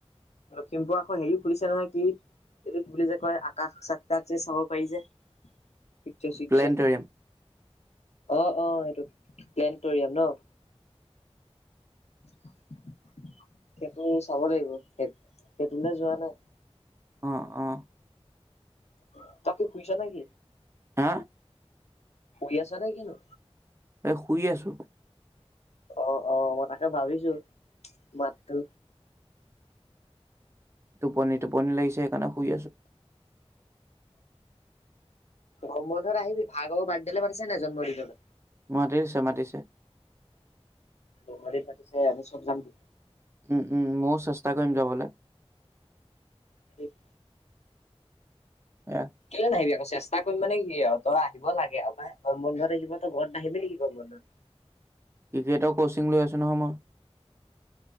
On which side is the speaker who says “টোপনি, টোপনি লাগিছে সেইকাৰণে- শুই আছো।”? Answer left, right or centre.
Right